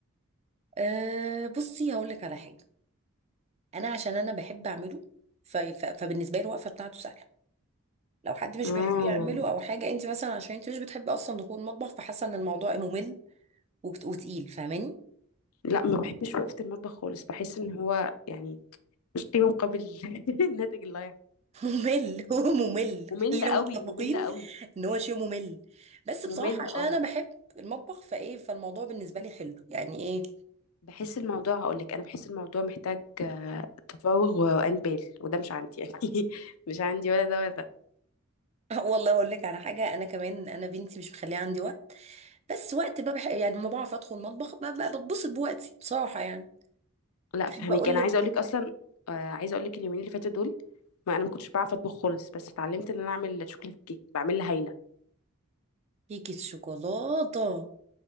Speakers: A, on the right; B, on the left.
A: أه بصي هقول لك على حاجة انا عشان انا بحب اعمله ف... ف... فبالنسبه لي الوقفه بتاعته سهله لو حد مش
B: اه
A: بيحب يعمله او حاجه انت مثلا عشان انت مش بتحبي اصلا دخول المطبخ فحاسه ان الموضوع ممل وبت- وتقيل فاهماني
B: لا ما بحبش وقفة المطبخ خالص بحس ان هو يعني مش قيمة مقابل <laughs> الناتج اللي هيحصل
A: <laughs> ممل هو ممل
B: ممل
A: خلينا
B: قوي
A: متفقين
B: ممل قوي
A: ان هو شيء ممل بس
B: ممل
A: بصراحه عشان
B: اه
A: انا بحب المطبخ فايه فالموضوع بالنسبه لي حلو يعني ايه
B: بحس الموضوع هقول لك انا بحس الموضوع محتاج آه، تفاوغ وانبال وده مش عندي يعني <laughs> مش عندي ولا ده ولا ده
A: <laughs> والله اقول لك على حاجه انا كمان انا بنتي مش مخليه عندي وقت بس وقت بقى بح... يعني ما بعرف ادخل المطبخ ب- ب- بتبسط بوقتي بصراحه يعني
B: لا
A: تحب
B: فهمك
A: اقول
B: انا
A: لك
B: عايزه اقول لك اصلا آه، عايزه اقول لك اليومين اللي فاتوا دول ما انا ما كنتش بعرف اطبخ خالص بس اتعلمت ان انا اعمل شوكليت كيك بعملها هايله
A: كيكه شوكولاته